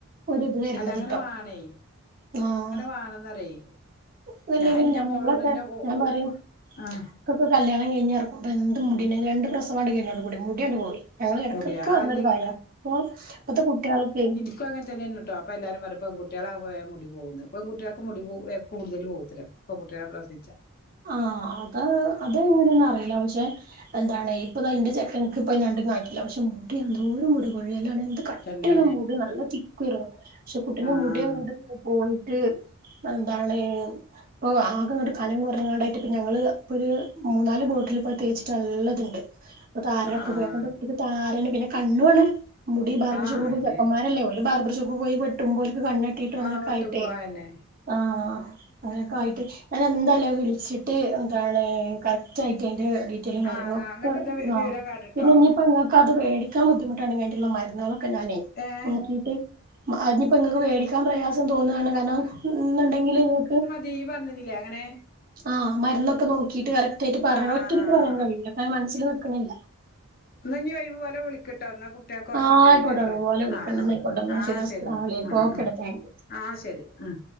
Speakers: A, on the right (about 40°); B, on the left (about 40°).
A: ഒരിത് വര്ണത്
B: അല്ല അങ്ങനെ
A: ട്ടൊ
B: വാണേ
A: ആഹ് ആഹ്
B: <unintelligible>
A: അതല്ലെങ്കില്
B: ഞാൻ എന്റെ
A: ഞമ്മളൊക്കെ
B: മോളോട് എന്റെ ഓ
A: ഞാമ്പറയും
B: ഓ ആഹ്
A: ഇക്കൊക്കെ കല്യാണം കഴിഞ്ഞ് എറങ്ങുമ്പൊ എന്ത് മുടിണ്ടായിനി രണ്ട് പ്രസവാണ്ട് കഴിഞ്ഞോണ്ട് കൂടി മുടി ആണ്ട് പോയി ഞങ്ങള് എടക്കെടക്ക്
B: മുടിയാ
A: പറഞ്ഞൊരു
B: അല്ലെങ്കി
A: കാര്യാ ഇപ്പൊ ഇപ്പത്തെ കുട്ടിയൾക്കെ
B: ഇക്കും അങ്ങനെ തന്നേണീട്ടൊ അപ്പൊ എല്ലാരും പറയും പെൺകുട്ടിയളാമ്പൊ വേം മുടി പോകോന്ന് പെൺകുട്ടിയക്ക് മുടി കൂടുതല് പോകത്തില്ല- പെങ്കുട്ടികളെ പ്രസവിച്ച-
A: ആഹ് അത് അത് എങ്ങനേന്നറിയില്ല പക്ഷെ- എന്താണ് ഇപ്പതാ ഇന്റെ ചെക്കൻക്ക് ഇപ്പ രണ്ടും <unintelligible> പക്ഷെ മുടി എന്തോരം മുടികൊഴിയലാണ്. കട്ടിയുള്ള
B: തന്നെ
A: മുടി നല്ല തിക്കു ആയിരുന്നു പക്ഷെ കുട്ടീന്റെ
B: ആഹ്
A: മുടി അങ്ങട്ട് പോയിട്ട്- എന്താണ് പ്പൊ ആകെങ്ങട്ട് കനം കൊ <unintelligible> ണ്ടായിട്ട്പ്പ ഞങ്ങള് ഇപ്പൊര് മൂന്നാല് ബോട്ടില് ഇപ്പൊ തേച്ചിട്ട് നല്ലത്ണ്ട്- ഇപ്പൊ താരനൊക്കെ
B: ആഹ്
A: പോയി അപ്പൊ ന്റെ കുട്ടിക്ക് താരന് പിന്നെ കണ്ണുവാണ്- മുടി ബാർബർഷോപ്പി
B: ആഹ് ആഹ്
A: പോയി
B: അന്നെ
A: ചെക്കന്മാരല്ലേ ഓല് ബർബർ ഷോപ്പി പോയി വെട്ടുമ്പോ ഓല്ക്ക് കണ്ണ് തട്ടീട്ടും അങ്ങനൊക്കായിട്ടേ
B: ആഹ് വെട്ടുമ്പോ അന്നെ
A: ആഹ് അങ്ങനൊക്കെ ആയിട്ട് ഞാനെന്തായാലും- വിളിച്ചിട്ട് എന്താണ് കറക്റ്റായിട്ട് അയിന്റെഡീ- റ്റയ്ലും കാര്യങ്ങളൊക്ക
B: ആഹ് അങ്ങട്ട്ത്തെ
A: ആഹ്
B: വിവരം കാട്ട്ട്ടോ
A: പിന്നെ ഇനി ഇപ്പം ഇങ്ങ- ക്കത് മേടിക്കാൻ ബുദ്ധിമുട്ടാണെങ്കി വേണ്ടിള്ള മരുന്നുകളൊക്കെ ഞാനെ
B: ഏഹ്
A: നോക്കീട്ട്- അതിനിപ്പൊ ഇങ്ങക്ക് മേടിക്കാൻ പ്രയാസം തോന്നാണ് കാരണം ന്ന്ണ്ടെങ്കില് നിങ്ങക്ക്-
B: നീ പറഞ്ഞന്നില്ലേ അങ്ങനെ-
A: ആഹ് മരുന്നൊക്കെ നോക്കിയിട്ട് കറക്റ്റായിട്ട് പറയണം
B: ആഹ്
A: ഒറ്റടിക്ക്
B: ആഹ് ആഹ്
A: പറയാൻ കഴിയൂല കാരണം മനസ്സില് നിക്ക്ണില്ല
B: ഇന്നാ ഇഞ് ഒഴിവ് പോലെ വിളിക്ക്ട്ടോ എന്നാ കുട്ട്യേക്ക് ഒറങ്ങണ്ട്യേരുലേ
A: ആഹ് ആയിക്കോട്ടെ
B: അതാ
A: ഓലെ വിളിക്കണ്ട്
B: ആഹ്
A: എന്നാ
B: ആഹ്
A: ആയിക്കോട്ടെ എന്നാ
B: ആഹ്
A: ശരി അസ്സലാമു
B: ശരിന്നാ
A: അലൈക്കും
B: ഉം
A: ഓക്കെടാ
B: ഉം
A: താങ്ക് യു
B: ആഹ് ശരി ഉം